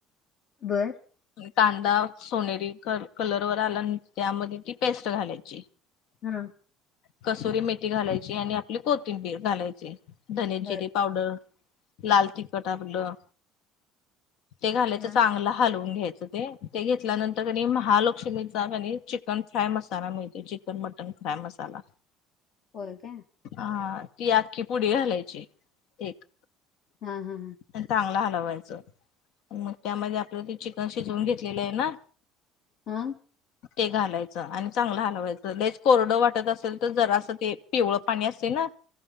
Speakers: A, on the left; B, on the left.
A: बरं.
B: कांदा सोनेरी कलर वर आला त्यामध्ये ती पेस्ट घालायची.
A: हा.
B: कसुरी मेथी घालायची आणि आपली कोथिंबीर घालायची. धनी
A: बर
B: जिरीे पावडर
A: बर
B: लाल तिखट आपलं ते घालायचं
A: हा
B: चांगलं हलवून घ्यायचं ते ते घेतल्यानंतर त्यांनी महालक्ष्मीचा कनी चिकन फ्राय मसाला मिळते चिकन मटन फ्राय मसाला
A: हो का
B: हा ती आखखी पुढे घालायची एक
A: हा हा हा
B: चांगला हलवायचं मग त्यामध्ये आपलं ते चिकन शिजवून घेतलेलं आहे ना
A: हा
B: ते घालायचं आणि चांगलं हलवायचं च कोरडं वाटत असेल तर जरा असं ते पिवळ पाणी असतील ना